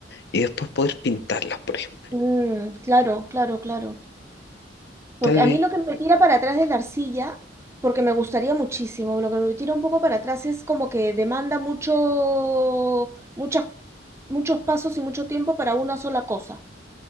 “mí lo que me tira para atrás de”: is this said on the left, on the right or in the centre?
Right